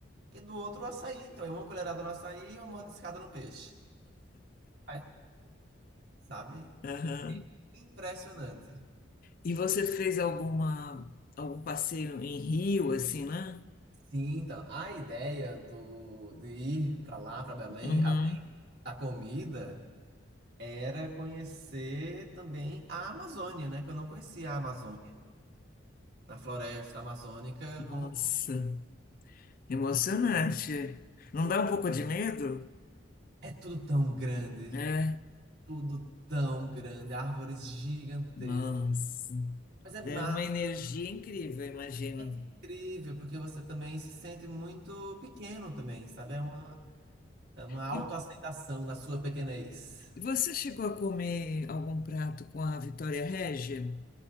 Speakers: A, on the right (about 55°); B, on the left (about 45°).
A: E do outro, o açaí. Então, é uma colherada no açaí e uma mordiscada no peixe. Aí, sabe?
B: aham.
A: Impressionante.
B: E você fez alguma, algum passeio em Rio, assim, né?
A: Sim, então, a ideia do, de ir para lá, para Belém,
B: Uhum.
A: além da comida, era conhecer também a Amazônia, né? Que eu não conhecia a Amazônia. A floresta amazônica
B: Nossa,
A: como um todo.
B: emocionante. Não
A: Hum,
B: dá um pouco de medo?
A: É tudo tão grande,
B: É,
A: tudo tão grande, árvores gigantescas.
B: nossa.
A: Mas é
B: Deu
A: massa,
B: uma energia incrível, eu imagino.
A: incrível, porque você também se sente muito pequeno também, sabe? É uma É uma autoaceitação
B: E,
A: na sua pequenez.
B: E você chegou a comer algum prato com a Vitória Régia?